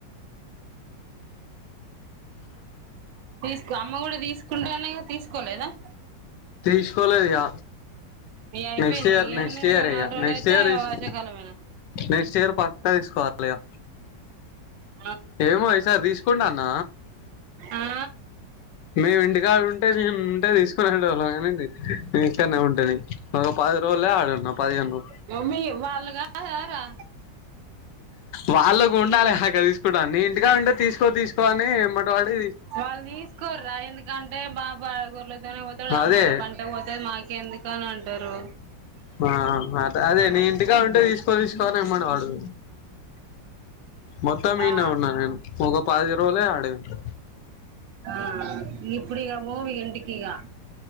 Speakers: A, on the right; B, on the left.
A: తీసుకో అమ్మ కూడా తీసుకుంటాఅనే తీసుకోలేదా
B: తీసుకోలేదుఇగ
A: ఇగ అయిపోయింది
B: నెక్స్ట్ ఇయర్ నెక్స్ట్
A: ఏమున్నది
B: ఇయర్ ఇగ
A: నాలుగు రోజులు
B: నెక్స్ట్
A: అయితే
B: ఇయర్ తీసు
A: వర్షాకాలమేనా
B: నెక్స్ట్ ఇయర్ పక్కా తీసుకోవాలి ఇగ
A: ఉ
B: ఏమో ఈ సారీ తీసుకుంట అన్న
A: ఆ
B: మేము ఇంటికాడ ఉంటే నేను ఉంటే తీసుకొని వెళ్దాము కని నేను ఇక్కడనే ఉంటినీ ఆ పది రోజులే ఆడున్నా పదిహేను
A: మమ్మీ ఇవ్వాలా కాదారా
B: వాళ్ళకి ఉండాలే నా దగ్గర తీసుకుంటానీ ఇంటికా ఉంటే తీసుకో తీసుకోఅని ఎమ్మటివడి
A: వాళ్ళు తీసుకోర్రా ఎందుకంటే బాపు గొర్ల తోటే పోతా తాడు అమ్మాయిగా
B: అదే
A: పనికే పోతేది మాకు ఎందుకు అని అంటారు
B: ఆ అదే నీ ఇంటికా ఉంటే తీసుకో తీసుకో అని వెంబడి పడు మొత్తం ఇన్నే
A: ఆ
B: ఉన్నాను నేను ఒక పది రోజులే ఆడే ఉంటీ
A: ఆ ఇప్పుడు పోవు ఇంటికిఇగ